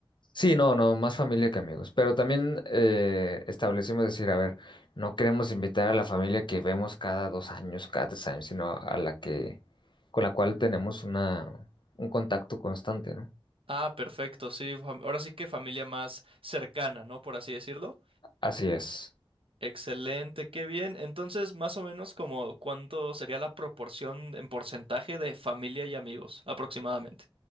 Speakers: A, on the left; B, on the right.
A: Sí, no, no, más familia que amigos. Pero también eh, establecimos decir, a ver, no queremos invitar a la familia que vemos cada dos años, cada tres años, sino a la que, con la cual tenemos una, un contacto constante, ¿no?
B: Ah, perfecto, sí, fam- ahora sí que familia más cercana, ¿no? Por así decirlo.
A: Así es.
B: Excelente, qué bien. Entonces, más o menos como cuánto sería la proporción en porcentaje de familia y amigos, aproximadamente.